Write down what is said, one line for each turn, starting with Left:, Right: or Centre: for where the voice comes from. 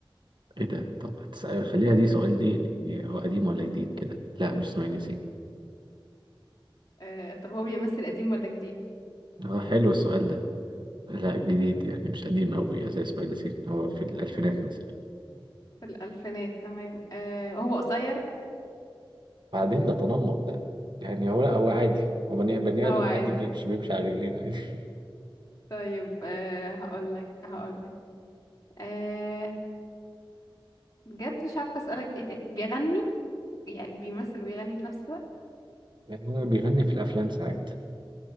Right: ايه ده طب هتسأل خليها دي سؤال ليه يعني هو قديم ولا جديد كده لا مش اسماعيل ياسين
Left: آه طب هو بيمثل قديم ولا جديد
Right: اه حلو السؤال ده لا جديد يعني مش قديم قوي زي اسماعيل ياسين هو في الألفينات مثلا
Left: في الألفينات تمام آه هو قصير
Right: بعدين ده تنمر لا يعني هو لا هو عادي هو بني بني
Left: هو
Right: آدم
Left: عادي
Right: عادي بيمشي بيمشي على رجلين عادي <laughs>
Left: طيب آه هقولك هقولك آه بجد مش عارفة أسألك إيه تاني بيغني يعني بيمثل ويغني في نفس الوقت
Right: يعني هو بيغني في الأفلام ساعات